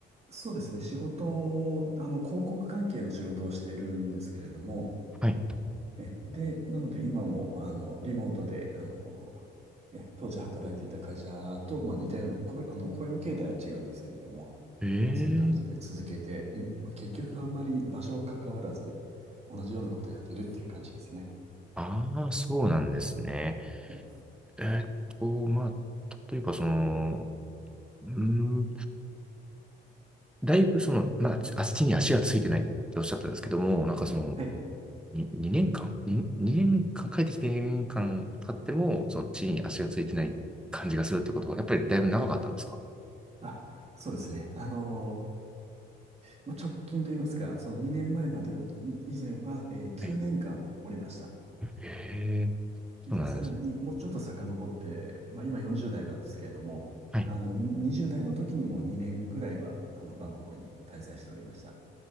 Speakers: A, on the right; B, in the centre.
A: そうですね。仕事を、あの、広告関係の仕事をしているんですけれども、
B: はい。
A: え、で、なので今も、あの、リモートで、あの、え、当時働いていた会社と、まあ似たような、こうあの、雇用形態は違うんですけれども、
B: えー、
A: まあそういう感じで続けて、に、まあ結局あんまり場所は関わらず、同じようなことをやってるっていう感じですね。
B: ああ、そうなんですね。
A: え、
B: えーっと、まあ、例えばその、うーだいぶその、まだ足に足がついてないっておっしゃったんですけども、なんかその、
A: はい。
B: に2年間、に2年間、帰ってきて2年間経っても、その地に足がついてない感じがするってことは、やっぱりだいぶ長かったんですか
A: あ、そうですね。あのーまあ直近といいますか、その2年前まえまで、い以前は、えー9年間おりました。
B: はい。へえ、
A: で、
B: そうなんですね。
A: さらにもうちょっと遡って、まあ、今40代なんですけれども、
B: はい。
A: あの、に20代の時にも2年ぐらいは、あの、バンコクに滞在しておりました。